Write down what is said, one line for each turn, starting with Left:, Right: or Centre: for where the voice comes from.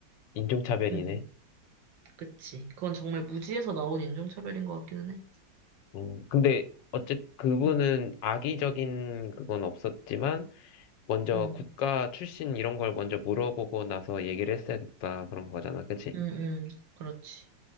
Left: 인종차별이네.
Right: 응, 그치. 그건 정말 무지에서 나온 인종차별인 것 같기는 해.
Left: 음, 근데, 어쨌, 그분은
Right: 응,
Left: 악의적인 그건 없었지만, 먼저
Right: 응.
Left: 국가 출신 이런 걸 먼저 물어보고 나서 얘기를 했어야 됐다 그런 거잖아, 그치?
Right: 음, 음, 그렇지.